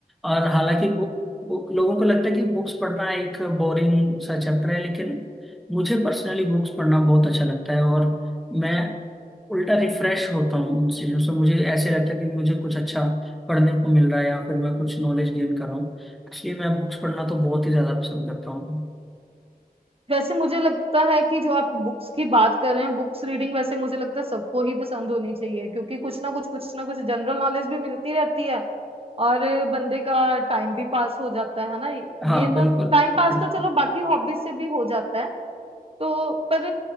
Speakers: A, in the centre; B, on the right.
A: और हालांकि बुक बुक लोगों को लगता है कि बुक्स पढ़ना एक बोरिंग सा चैप्टर है लेकिन मुझे पर्सनली बुक्स पढ़ना बहुत अच्छा लगता है और मैं उल्टा रिफ्रेश होता हूँ उन चीज़ों से मुझे ऐसे लगता है कि मुझे कुछ अच्छा पढ़ने को मिल रहा है या फिर मैं कुछ नॉलेज गेन कर रहा हूँ इसलिए मैं बुक्स पढ़ना तो बहुत ही ज़्यादा पसंद करता हूँ
B: वैसे मुझे लगता है कि जो आप बुक्स की बात कर रहे हैं बुक्स रीडिंग वैसे मुझे लगता है सबको ही पसंद होनी चाहिए क्योंकि कुछ ना कुछ कुछ ना कुछ जनरल नॉलेज भी मिलती रहती है और बंदे का टाइम भी पास हो जाता है ना ये
A: हाँ बिल्कुल
B: तो टाइम पास
A: बिल्कुल
B: तो चलो बाकी हॉबीज से भी हो जाता है तो पर